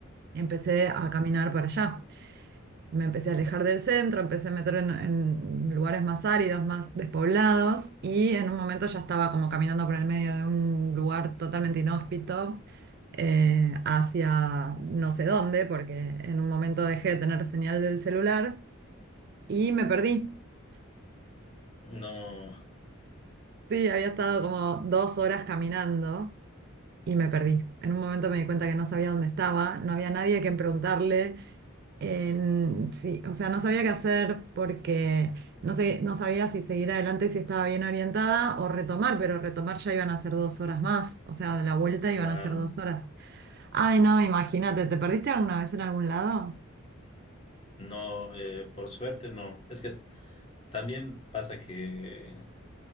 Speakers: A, on the right; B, on the left.
A: empecé a caminar para allá me empecé a alejar del centro, empecé a meter en, en lugares más áridos, más despoblados, y en un momento ya estaba como caminando por el medio de un lugar totalmente inhóspito eh, hacia no sé dónde, porque en un momento dejé de tener señal del celular y me perdí.
B: No,
A: Sí, había estado como dos horas caminando y me perdí. En un momento me di cuenta que no sabía dónde estaba, no había nadie a quien preguntarle. en- sí, o sea, no sabía qué hacer porque no sé, no sabía si seguir adelante, si estaba bien orientada o retomar, pero retomar ya iban a ser dos horas más, o sea, de la vuelta
B: claro,
A: iban a ser dos horas. Ay, no, imagínate, ¿te perdiste alguna vez en algún lado?
B: no, eh, por suerte, no. Es que También pasa que,